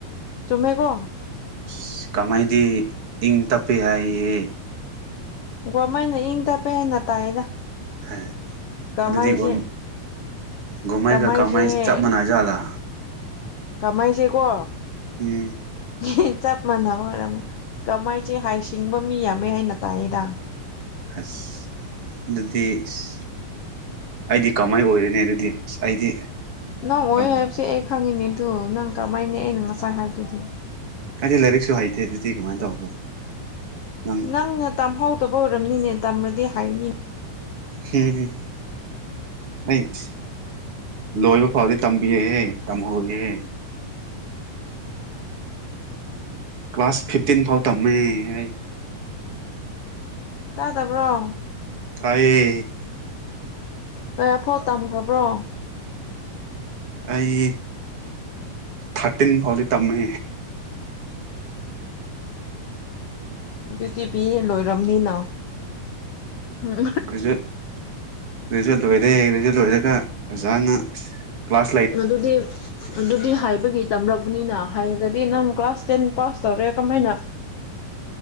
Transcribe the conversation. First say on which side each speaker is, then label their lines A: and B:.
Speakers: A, on the left (about 80°); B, on the right (about 45°).
A: ꯆꯨꯝꯃꯦꯀꯣ
B: ꯏꯁ ꯀꯥꯃꯩꯗꯤ ꯏꯪ ꯇꯞꯄꯦ ꯍꯥꯏꯌꯦ
A: ꯒꯋꯥ꯭ꯟꯃꯩꯅ ꯏꯪ ꯇꯞꯄꯦ ꯍꯥꯏꯅ ꯇꯥꯏꯌꯦꯗ
B: ꯍ
A: ꯀꯃꯥꯏꯁꯦ
B: ꯑꯗꯨꯗꯤ ꯒꯣꯟ ꯒꯣꯟꯃꯩꯒ
A: ꯀꯃꯥꯏꯁꯦ
B: ꯀꯥꯃꯩ‌ ꯆꯞ ꯃꯥꯟꯅꯖꯥꯠꯂ
A: ꯀꯥꯃꯩꯁꯦꯀꯣ
B: ꯎꯝ
A: ꯌꯦꯟ ꯆꯞ ꯃꯥꯟꯅꯕ ꯑꯣꯏꯔꯝꯃꯦ ꯀꯃꯩꯁꯦ ꯍꯥꯏ ꯁꯤꯡꯕ ꯃꯤ ꯌꯥꯝꯃꯦ ꯍꯥꯏꯅ ꯇꯥꯛꯌꯦꯗꯥ
B: ꯑꯁ ꯑꯗꯨꯗꯤꯁ ꯑꯩꯗꯤ ꯀꯃꯩ ꯑꯣꯏꯔꯅꯤ ꯑꯗꯨꯗꯤ ꯑꯁ ꯑꯩꯗꯤ
A: ꯅꯪ ꯑꯣꯏ
B: ꯑꯝ
A: ꯍꯥꯏꯕꯁꯦ ꯑꯩ ꯈꯪꯉꯤꯅꯦ ꯑꯗꯨ ꯅꯪ ꯀꯥꯃꯩꯅꯦ ꯑꯩꯅ ꯉꯁꯥꯏ ꯍꯥꯏꯕꯗꯨꯗꯤ
B: ꯑꯩꯗꯤ ꯂꯥꯏꯔꯤꯛꯁꯨ ꯍꯩꯇꯦ ꯑꯗꯨꯗꯤ ꯀꯃꯥꯏ ꯇꯧꯕꯅꯣ ꯅꯪ
A: ꯅꯪꯅ ꯇꯝꯍꯧꯗꯕ ꯑꯣꯏꯔꯝꯅꯤꯅꯦ ꯇꯝꯔꯗꯤ ꯍꯩꯅꯤ
B: ꯍꯨꯝꯍꯨꯝ ꯑꯩꯁ ꯂꯣꯏꯕ ꯐꯥꯎꯗꯤ ꯇꯝꯕꯤꯌꯦꯍꯦ ꯇꯝꯍꯧꯏꯍꯦ ꯀ꯭ꯂꯥꯁ ꯐꯤꯞꯇꯤꯟ ꯐꯥꯎ ꯇꯝꯃꯦ ꯑꯩ
A: ꯇꯥꯗꯕ꯭ꯔꯣ
B: ꯇꯥꯏꯌꯦ
A: ꯀꯌꯥꯐꯥꯎ ꯇꯝꯈ꯭ꯔꯕ꯭ꯔꯣ
B: ꯑꯩ ꯊꯥ꯭ꯔꯇꯤꯟ ꯐꯥꯎꯗꯤ ꯇꯝꯃꯦ
A: ꯑꯗꯨꯗꯤ ꯄꯤꯌꯦ ꯂꯣꯏꯔꯝꯅꯤꯅ ꯎꯝ
B: ꯒ꯭ꯔꯦꯖꯨꯋꯦꯠ ꯒ꯭ꯔꯦꯖꯨꯋꯦꯠ ꯂꯣꯏꯔꯦ ꯒ꯭ꯔꯦꯖꯨꯋꯦꯠ ꯂꯣꯏꯔꯒ ꯑꯣꯖꯥꯅ ꯀ꯭ꯂꯥꯁ ꯂꯩ
A: ꯑꯗꯨꯗꯤ ꯑꯗꯨꯗꯤ ꯍꯥꯏꯕꯒꯤ ꯇꯝꯂꯛꯄꯅꯤꯅ ꯍꯥꯏꯒꯗ꯭ꯔꯤ ꯅꯪ ꯀ꯭ꯂꯥꯁ ꯇꯦꯟ ꯄꯥꯁ ꯇꯧꯔꯦ ꯀꯃꯥꯏꯅ